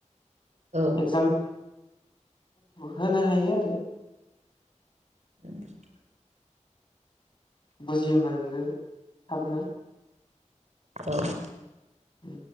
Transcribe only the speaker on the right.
औ
<inaudible>
औ